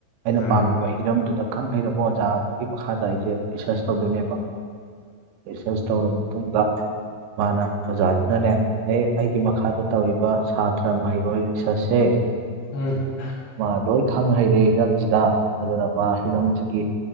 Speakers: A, on the right; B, on the left.
A: ꯑꯩꯅ
B: ꯎꯝ
A: ꯄꯥꯝꯃꯤꯕ ꯍꯤꯔꯝꯗꯨꯗ ꯈꯪ ꯍꯩꯔꯕ ꯑꯣꯖꯥ ꯑꯃꯒꯤ ꯃꯈꯥꯗ ꯑꯩꯁꯦ ꯔꯤꯁ꯭ꯔꯁ ꯇꯧꯗꯣꯏꯅꯦꯕ ꯔꯤꯁ꯭ꯔꯁ ꯇꯧꯔꯕ ꯃꯇꯨꯡꯗ ꯃꯥꯅ ꯑꯣꯖꯥꯗꯨꯅꯅꯦ ꯑꯦ ꯑꯩꯒꯤ ꯃꯈꯥꯗ ꯇꯧꯔꯤꯕ ꯁꯥꯇ꯭ꯔ ꯃꯍꯩꯔꯣꯏ <unintelligible>
B: ꯎꯝ ꯎꯝ
A: ꯃꯥ ꯂꯣꯏ ꯈꯪ ꯍꯩꯔꯦ ꯍꯤꯔꯝꯁꯤꯗ ꯑꯗꯨꯅ ꯃꯥ ꯍꯤꯔꯝꯁꯤꯒꯤ